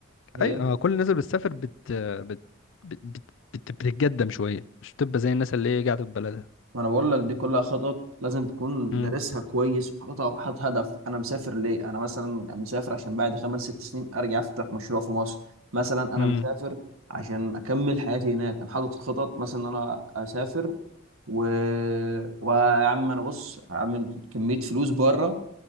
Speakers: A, on the right; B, on the left.
A: ايه
B: اي آه، كل الناس اللي بتسافر بت بت بت بت بت- بتتقدم شوية مش بتبقى زي الناس اللي هي قاعدة في بلدها
A: ما انا بقول لك دي كلها خطط لازم تكون
B: امم
A: دارسها كويس وحاططها وحاطط هدف انا مسافر ليه انا مثلا مسافر عشان بعد خمس ست سنين ارجع افتح مشروع في مصر مثلا انا
B: امم
A: مسافر عشان اكمل حياتي هناك انا حاطط خطط مثلا ان انا اسافر و... ويا عم انا بص هعمل كمية فلوس بره